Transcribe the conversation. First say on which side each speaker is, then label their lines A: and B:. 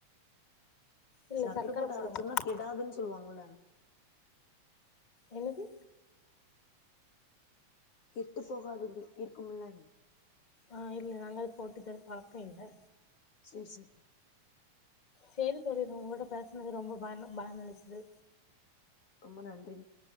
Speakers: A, on the left; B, on the left.
A: இல்ல
B: சக்கரை
A: சக்கர
B: போட்டு
A: போட
B: அரைச்சோம்னா
A: மாட்டோ
B: கெடாதுன்னு சொல்லுவாங்கல்ல
A: என்னது
B: கெட்டு போகாது இருக்கும் மில்ல
A: ஆ இல்ல நாங்க அத போட்டு தர பாக்கல்ல
B: செரி செரி
A: செரி தோழி உங்களோட பேசுனது ரொம்ப பய பயனளிச்து
B: ரொம்ப நன்றி